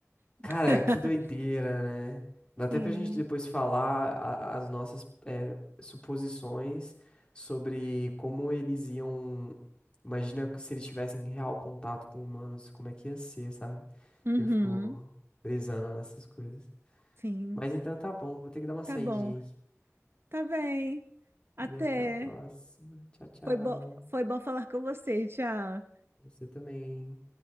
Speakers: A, on the right; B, on the left.
A: <laughs>
B: cara, que doideira, né? Dá até
A: Sim.
B: pra gente depois falar a- as nossas é, suposições sobre como eles iam. Imagina se eles tivessem real contato com humanos, como é que ia ser, sabe?
A: Uhum.
B: Eu fico brisando nessas coisas.
A: Sim.
B: Mas então tá bom, vou ter que dar uma saidinha
A: Tá bom.
B: aqui.
A: Tá bem. Até.
B: E até a próxima. Tchau, tchau.
A: Foi bom, foi bom falar com você. Tchau.
B: Você também.